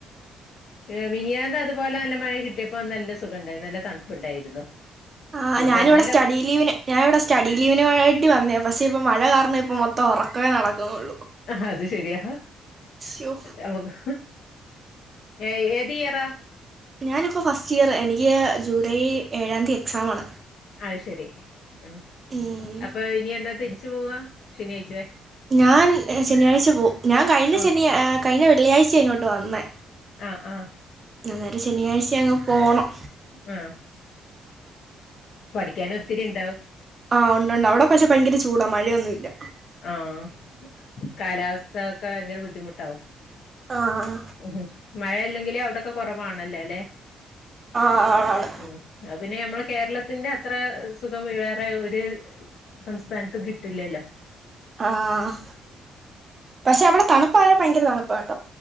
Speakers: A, on the left (about 70°); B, on the right (about 35°).
A: ഏ മിനിഞാന്ന് അതുപോലെ നല്ല മഴ കിട്ടിയപ്പോ നല്ല സുഖണ്ടായി. നല്ല തണുപ്പുണ്ടായിരുന്നു.
B: ആഹ്
A: പിന്നെ
B: ഞാനിവിടെ
A: ഇന്നലെ
B: സ്റ്റഡി ലീവിന് ഞാന് ഇവിടെ സ്റ്റഡി ലീവിന് വേണ്ടി വന്നെയ പശെപ്പൊ മഴ കാരണം ഇപ്പ മൊ ഒറക്കവെ നടക്കുന്നുള്ളൂ.
A: ആഹാ അത് ശെരിയാ
B: ശ്യോ
A: നമ്മുക്ക് ഏ ഏതിയറാ?
B: ഞാനിപ്പോ ഫസ്റ്റ് ഇയർ എനിക്ക് ജൂലൈ ഏഴാംതി എക്സാമാണ്.
A: അഹ്ശരി ഉം
B: ഉം
A: അപ്പൊ ഇനി എന്നാ തിരിച്ചു പോവാ ശനിയാഴ്ച്ചേ?
B: ഞാൻ ശനിയാഴ്ച പോവും. ഞാൻ കഴിഞ്ഞ
A: ആ
B: ശനി കഴിഞ്ഞ വെള്ളിയഴ്ച്ചേ ഇങ്ങോട്ട് വന്നേ.
A: ആഹ് ആഹ്.
B: അന്നേരം ശനിയാഴ്ച അങ്ങ് പോണം.
A: ആഹ് പഠിക്കാന് ഒത്തിരി ഇണ്ടാവും.
B: ആഹ് ഒണ്ട് ഒണ്ട് അയുടെ പക്ഷെ പയങ്കെര ചൂടാ മഴയൊന്നും ഇല്ല.
A: ആഹ് കാലാവസ്ഥ ഒക്കെ ഭയങ്കെര ബുദ്ധിമുട്ടാവും.
B: ആഹ്.
A: ഉം മഴ അല്ലെങ്കിലെ അയുടൊക്കെ കൊറവാണല്ലോലെ
B: ആ ആണ്
A: ഉം അയ് പിന്നെ ഞമ്മെള് കേരളത്തിന്റെ അത്ര സുഖം വേറെ ഒരു സംസ്ഥാന്‌ത്തും കിട്ട്ല്ലല്ലോ?
B: ആഹ് പക്ഷെ അവ്ടെ തണ്പ്പായാ ഭയങ്കെര തണ്പ്പാണ്.